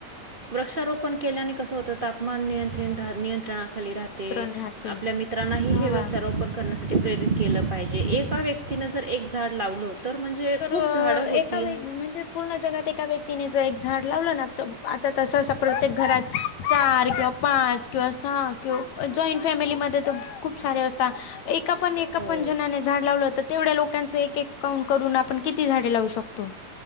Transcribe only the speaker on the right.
वृक्षारोपण केल्याने कसं होतं तापमान नियंत्रणाात आपली
राहते
आपल्या मित्रांनाही
हे
वृक्षारोपण स करण्यासाठी प्रेरित केलं पाहिजे एका व्यक्तीनं जर एक झाड लावलं. तर म्हणजे
खूप झाडं होतील
हो